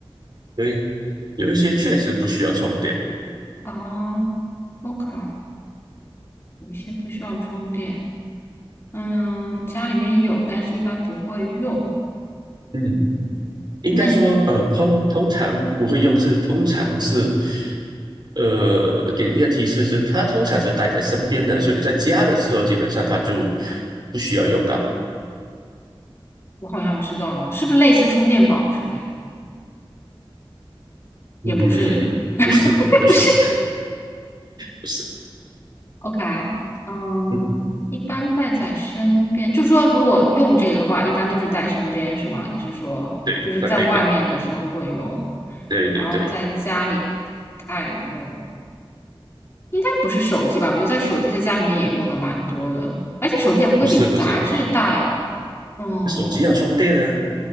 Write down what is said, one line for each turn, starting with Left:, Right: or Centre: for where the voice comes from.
Right: 所以有一些确实不需要充电，
Left: 啊 o k 有一些不需要充电。嗯，家里面有，但是一般不会用。
Right: 嗯。应该说，
Left: 那你，
Right: 呃，通通常不会用是，通常是，呃，给你一个提示是，它通常是带在身边的，所以在家的时候，基本上它就不需要用到。
Left: 我好像知道了，是不是类似充电宝之类的？
Right: 嗯，
Left: 也不是。<laughs>
Right: 不是，不是，
Left: 也不是，
Right: <laughs> 不是，
Left: OK，嗯，
Right: 嗯，
Left: 一般带在身边，就说如果用这个的话，一般都是带身边，是吗？你是说就是在外面的时候会用，
Right: 对，肯定的，对对对，
Left: 然后在家里不太用，应该不是手机吧？我觉得在手机在家里面也用了蛮多的，而且手机也不会比杂志大呀。
Right: 不是不是，
Left: 嗯，
Right: 手机要充电啊，